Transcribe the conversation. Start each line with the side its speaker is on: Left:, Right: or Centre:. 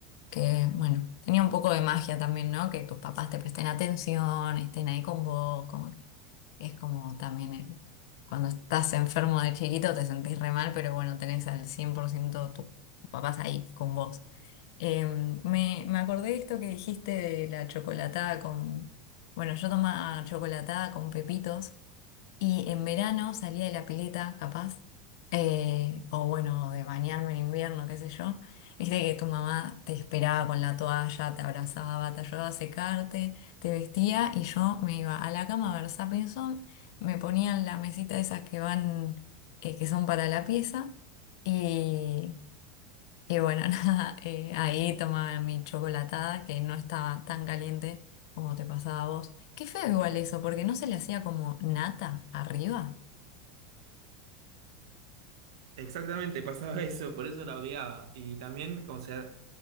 Left: que, bueno, tenía un poco de magia también, ¿no? Que tus papás te presten atención, estén ahí con vos, como que es como también el, cuando estás enfermo de chiquito te sentís re mal, pero bueno, tenés al 100% tu- tus papás ahí con vos. Eh, me, me acordé de esto que dijiste de la chocolatada con, bueno, yo tomaba chocolatada con pepitos y en verano salía de la pileta, capaz, eh, o bueno, de bañarme en invierno, qué sé yo. Viste que tu mamá te esperaba con la toalla, te abrazaba, te ayudaba a secarte, te vestía y yo me iba a la cama a ver Zapping Zone, me ponían la mesita esas que van, eh, que son para la pieza y y bueno, <laughs> nada, eh, ahí tomaba mi chocolatada que no estaba tan caliente como te pasaba a vos. Qué feo igual eso, porque no se le hacía como nata arriba.
Right: Exactamente, pasaba eso, por eso la odiaba. Y también, como sea,